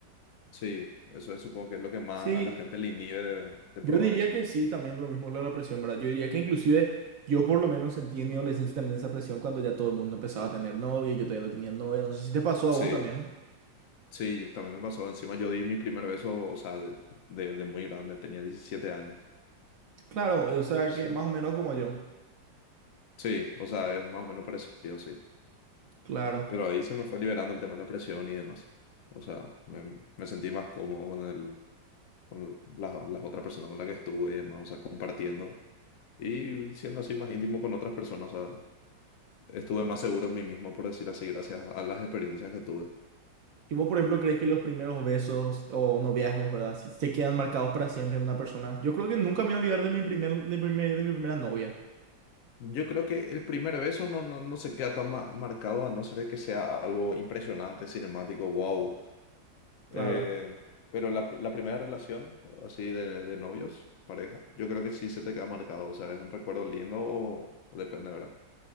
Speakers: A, on the left; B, on the right.
A: Sí, eso es- supongo que es lo que más
B: Sí,
A: a la gente le inhibe de, de
B: yo
A: probar
B: diría
A: eso.
B: que sí, también lo mismo lo de la presión, ¿verdad? Yo diría que inclusive yo por lo menos sentí en mi adolescencia también esa presión cuando ya todo el mundo empezaba a tener novia, yo todavía no tenía novia. No sé si te pasó a
A: Sí,
B: vos también.
A: sí, también me pasó. Encima yo di mi primer beso, o sea, de, de- de muy grande, tenía 17 años
B: Claro, o sea
A: recién.
B: que más o menos como yo.
A: Sí, o sea, es más o menos parecido, sí.
B: Claro.
A: Pero ahí se me fue liberando el tema de la presión y demás. O sea, me, me sentí más cómodo con el, con las, las otras personas con las que estuve y demás, o sea, compartiendo y siendo así más íntimo con otras personas. O sea, estuve más seguro en mí mismo, por decir así, gracias a las experiencias que tuve.
B: ¿Y vos, por ejemplo, crees que los primeros besos o noviazgos, ¿verdad? Si se quedan marcados para siempre en una persona. Yo creo que nunca me voy a olvidar de mi primer, de primer- de mi primera novia.
A: Yo creo que el primer beso no, no, no se queda tan ma- marcado a no ser de que sea algo impresionante, cinemático, wow.
B: Claro.
A: Eh, pero la, la primera relación, así de, de novios, pareja, yo creo que sí se te queda marcado. O sea, es un recuerdo lindo o, o depende, ¿verdad?